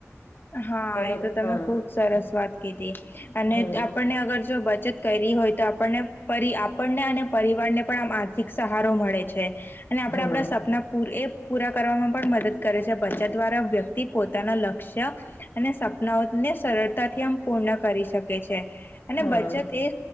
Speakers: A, on the left; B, on the left.
A: હા
B: બરોબર
A: એ તો તમે
B: હા
A: ખુબ સરસ વાત કીધી અને
B: હા
A: આપણને અગર જો બચત કરી હોય તો આપણને આપણને અને પરિવાર ને પણ આમ આર્થિક સહારો મળે છે. અને આપડે
B: હા
A: આપણા સપના પૂર એ પૂરા કરવામાં પણ મદદ કરે છે બચત દ્વારા વ્યક્તિ પોતાના લક્ષ્ય અને સપનાઓને સરળતાથી આમ પૂર્ણ કરી શકે છે. અને
B: હા
A: બચત એ